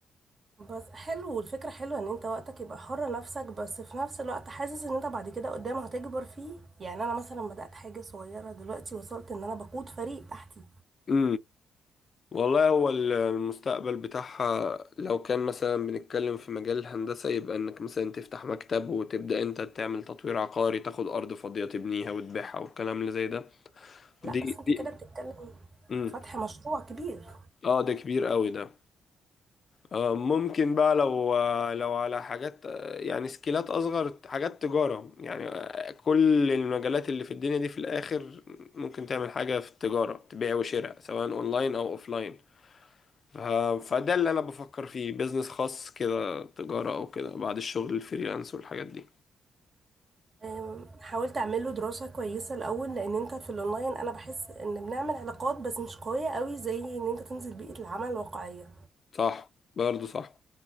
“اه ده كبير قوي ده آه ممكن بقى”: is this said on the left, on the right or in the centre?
Left